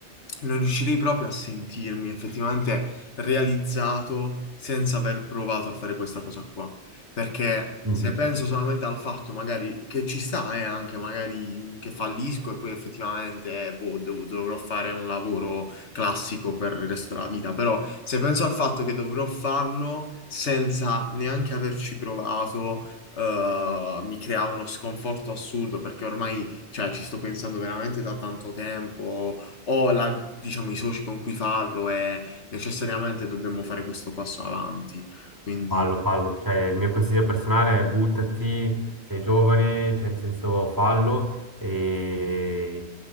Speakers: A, on the left; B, on the right.
A: non riuscirei proprio a sentirmi effettivamente realizzato senza aver provato a fare questa cosa qua. Perché
B: Mhm.
A: se penso solamente al fatto magari che ci sta, eh, anche magari che fallisco e poi effettivamente, eh, boh, dov- dovrò fare un lavoro classico per il resto della vita. Però se penso al fatto che dovrò farlo senza neanche averci provato eh, mi crea uno sconforto assurdo perché ormai, cioè, ci sto pensando veramente da tanto tempo, ho la- diciamo, i soci con cui farlo e necessariamente dobbiamo fare questo passo avanti. Quindi,
B: Fallo, fallo, cioè il mio consiglio personale è buttati, sei giovane, cioè in senso fallo e